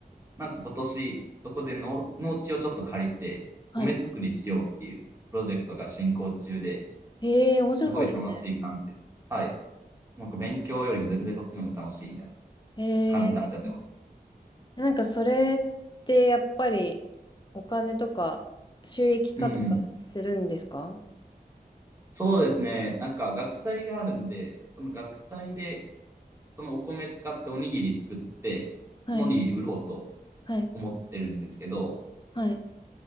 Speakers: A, on the right (about 15°); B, on the left (about 30°).
A: なんか今年、そこで農、農地をちょっと借りて、
B: はい。
A: 米作りしようっていうプロジェクトが進行中で、
B: ええ、面白そうですね。
A: すごい楽しい感じです。はい。なんか勉強よりも全然そっちの方が楽しいみたいな
B: え
A: 感じになっちゃってます。
B: なんかそれってやっぱりお金とか収益化とかするんですか
A: うん。そうですね。なんか学祭があるんで、その学祭でそのお米使っておにぎり作って、
B: はい、
A: そのおにぎり売ろうと
B: はい、
A: 思ってるんですけど、
B: はい、